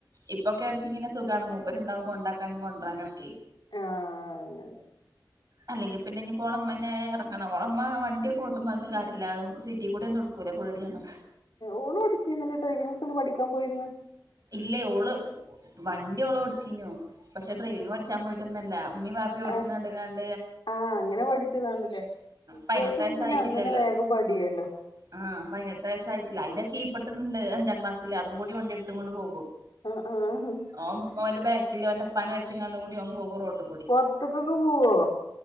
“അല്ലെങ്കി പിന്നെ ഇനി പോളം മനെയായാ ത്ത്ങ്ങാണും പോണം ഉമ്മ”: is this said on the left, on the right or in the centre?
Right